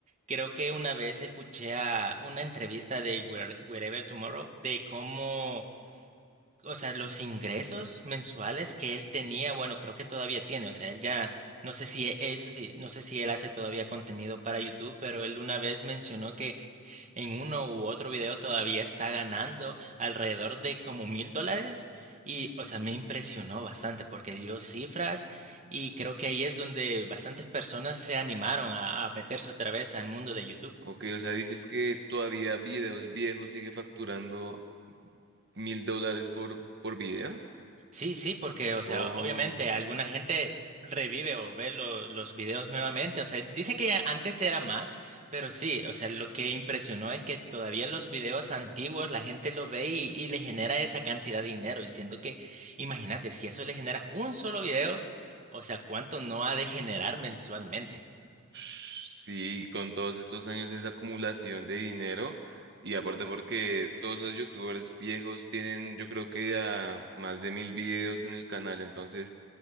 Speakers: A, on the right; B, on the right.
A: creo que una vez escuché a una entrevista de Where- Wherever Tomorrow de cómo o sea, los ingresos mensuales que él tenía, bueno, creo que todavía tiene, o sea, él ya, no sé si, e- eso sí, no sé si él hace todavía contenido para YouTube, pero él una vez mencionó que en uno u otro video todavía está ganando alrededor de como mil dólares y, o sea, me impresionó bastante porque dio cifras y creo que ahí es donde bastantes personas se animaron a, a meterse otra vez al mundo de YouTube.
B: Ok, o sea, dices que todavía videos viejos sigue facturando mil dólares por, por video.
A: Sí, sí, porque, o sea,
B: Oh,
A: obviamente alguna gente revive o ve lo- los videos nuevamente. O sea, dice que antes era más, pero sí, o sea, lo que impresionó es que todavía los videos antiguos la gente lo ve y, y le genera esa cantidad de dinero. Y siento que, imagínate, si eso le genera un solo video, o sea, ¿cuánto no ha de generar mensualmente?
B: Sí, con todos estos años esa acumulación de dinero y aparte porque todos esos youtubers viejos tienen yo creo que a más de mil videos en el canal, entonces,